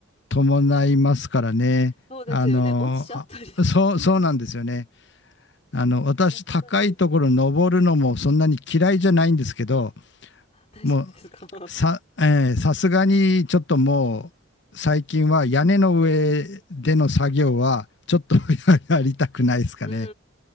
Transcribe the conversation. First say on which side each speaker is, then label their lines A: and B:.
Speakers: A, on the left; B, on the left.
A: 伴いますからね。
B: そうですよね。
A: あの、
B: 落ちちゃったりして。
A: あ、そう、
B: <laughs>
A: そうなんですよね。あの、私、
B: 危ないですね。
A: 高いところ登るのもそんなに嫌いじゃないんですけど、
B: 大丈夫ですか
A: もうさ、えーさすがにちょっともう最近は屋根の上での作業はちょっと <laughs> やりたくないですかね。
B: うんう